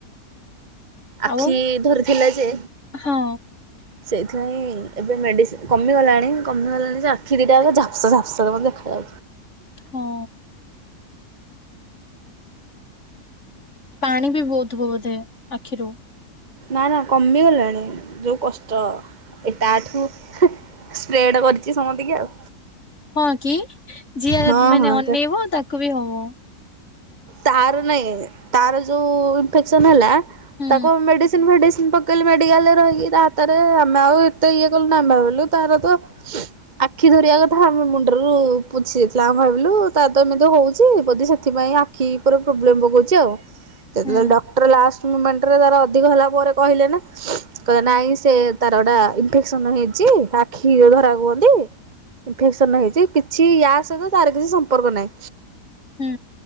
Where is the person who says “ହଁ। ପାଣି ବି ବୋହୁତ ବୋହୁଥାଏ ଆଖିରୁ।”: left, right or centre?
Left